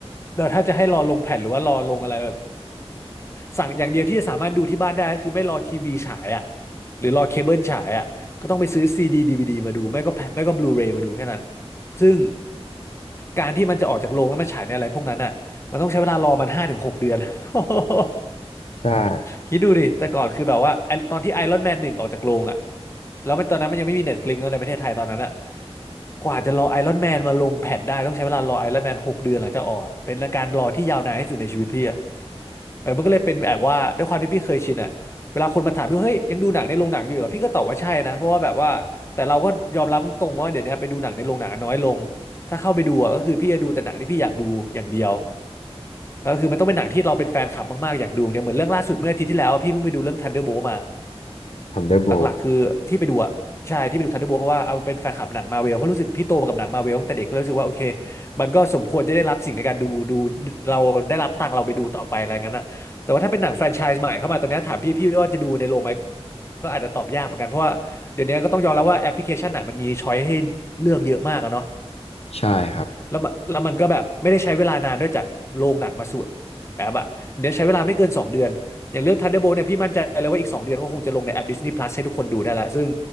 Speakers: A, on the left (about 25°); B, on the left (about 70°).
A: แต่ถ้าจะให้รอลงแผ่นหรือว่ารอลงอะไรแบบสั่งอย่างเดียวที่จะสามารถดูที่บ้านได้ก็คือไม่รอทีวีฉายอะหรือรอเคเบิลฉายอะก็ต้องไปซื้อซีดีดีวีดีมาดูไม่ก็แผ่นไม่ก็บลูเรย์มาดูแค่นั้น ซึ่งการที่มันจะออกจากโรงแล้วมาฉายในอะไรพวกนั้นอ่ะมันต้องใช้เวลารอมันห้าถึงหกเดือน <laughs>
B: ใช่
A: คิดดูดิแต่ก่อนคือแบบว่าไอตอนที่ไอรอนแมนหนึ่งออกจากโรงอ่ะแล้วมันตอนนั้นมันยังไม่มีเน็ตฟลิกซ์เนอะในประเทศไทยตอนนั้นอ่ะกว่าจะรอไอรอนแมนมาลงแผ่นได้ต้องใช้เวลารอไอรอนแมนหกเดือนหลังจากออกอะเป็นการรอที่ยาวนานที่สุดในชีวิตพี่อะ เออมันก็เลยเป็นแบบว่าด้วยความที่พี่เคยชินอะเวลาคนมาถามพี่ว่าเฮ้ยยังดูหนังในโรงหนังอยู่เหรอพี่ก็ตอบว่าใช่นะเพราะว่าแบบว่าแต่เราก็ยอมรับตรงๆว่าเดี๋ยวนี้ไปดูหนังในโรงหนังน้อยลง ถ้าเข้าไปดูอะก็คือพี่จะดูแต่หนังที่พี่อยากดูอย่างเดียวก็คือมันต้องเป็นหนังที่เราเป็นแฟนคลับมากๆอยากดูเนี่ยเหมือนเรื่องล่าสุดเมื่ออาทิตย์ที่แล้วอะพี่เพิ่งไปดูเรื่อง Thunderbolt มา
B: Thunderbolt
A: หลักๆคือที่ไปดูอะใช่ที่ไปดูทันเดอร์โบเพราะว่าเอาเป็นแฟนคลับหนังมาเวลเพราะรู้สึกพี่โตมากับหนังมาเวลตั้งแต่เด็กก็เลยรู้สึกว่าโอเคมันก็สมควรจะได้รับสิ่งในการดูดูเราได้รับตังค์เราไปดูต่อไปอะไรงั้นอะแต่ว่าถ้าเป็นหนังแฟรนไชส์ใหม่เข้ามาตอนนี้ถามพี่พี่ว่าจะดูในโรงไหมก็อาจจะตอบยากเหมือนกันเพราะว่าเดี๋ยวนี้ก็ต้องยอมรับว่าแอปพลิเคชันหนังมันมีช้อยให้เลือกเยอะมากอะเนาะ
B: ใช่ครับ
A: แล้วมันแล้วมันก็แบบไม่ได้ใช้เวลานานด้วยจากโรงหนังมาสู่แอปอะเดี๋ยวใช้เวลาไม่เกิน2เดือน อย่างเรื่อง Thunderbolt เนี่ยพี่มั่นใจเลยว่าอีก2เดือนก็คงจะลงในแอป Disney Plus ให้ทุกคนดูได้ละซึ่ง